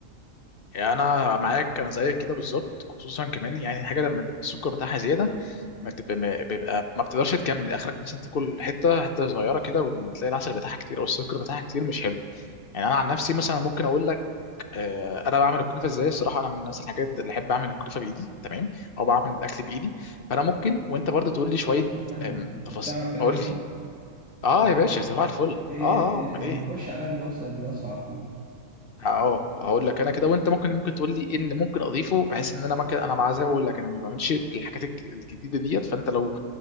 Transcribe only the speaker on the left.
يعني انا معاك انا زيك كده بالظبط خصوصا كمان يعني الحاجه لما تبقى السكر بتاعها زياده ما تبقى ما بيبقى ما بتقدرش تكمل اخرك مثلا تاكل حته حته صغيره كده ولما تلاقي العسل بتاعها كتير او السكر بتاعها كتير مش حلو يعني انا عن نفسي مثلا ممكن اقول لك آه، انا بعمل الكنافه ازاي الصراحه انا من الناس الحاجات اللي احب اعمل الكنافه بايدي تمام او بعمل الاكل بايدي فانا ممكن وانت برضه تقول لي شويه
آم، تفاصيل
قول
لي اه
يا باشا
صباح الفل
اه اه امال
ايه
اه هقول لك انا كده وانت ممكن ممكن تقول لي ايه اللي ممكن اضيفه بحيث ان انا ممكن انا مع زي ما بقول لك انا ما بعملش الحاجات الج- الجديده ديت فانت لو